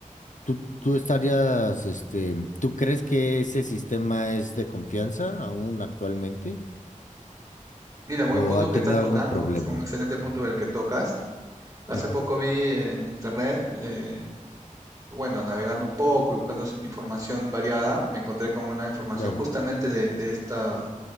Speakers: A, on the left; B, on the right.
A: tú, tú estarías, este, ¿tú crees que ese sistema es de confianza aún actualmente?
B: Mira, buen
A: ¿O
B: punto
A: ha
B: que
A: tenido
B: estás tocando,
A: algún problema?
B: es un excelente punto
A: Ujú.
B: el que tocas. Hace
A: Ujú.
B: poco vi en internet eh, bueno, navegando un poco y buscando s- información variada, me encontré con una información
A: Claro.
B: justamente de, de estas,